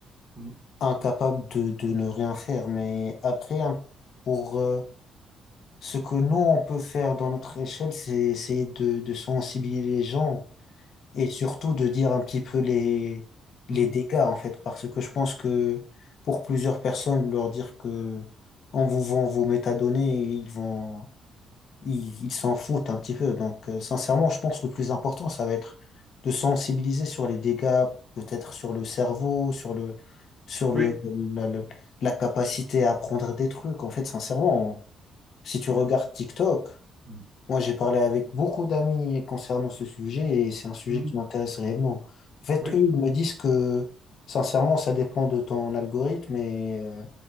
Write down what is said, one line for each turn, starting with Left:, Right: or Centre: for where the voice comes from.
Right: Mhm.
Left: incapable de, de ne rien faire. Mais après, hein, pour euh, ce que nous, on peut faire dans notre échelle, c'est essayer de, de sensibiliser les gens et surtout de dire un petit peu les, les
Right: Mhm. Mhm.
Left: dégâts, en fait, parce que je pense que pour plusieurs personnes, leur dire que on vous vend vos métadonnées, ils vont, ils ils s'en foutent un petit peu. Donc, euh, sincèrement, je pense que le plus important, ça va être de sensibiliser sur les dégâts, peut-être sur le cerveau, sur le, sur le,
Right: Oui.
Left: la, le- la capacité à apprendre des trucs. En fait, sincèrement, si tu
Right: Ouais.
Left: regardes TikTok,
Right: Mm.
Left: moi, j'ai parlé avec beaucoup d'amis concernant ce sujet et c'est un sujet
Right: Mhm.
Left: qui m'intéresse réellement. En fait,
Right: Oui,
Left: eux, ils me disent que, sincèrement, ça dépend de ton algorithme et euh,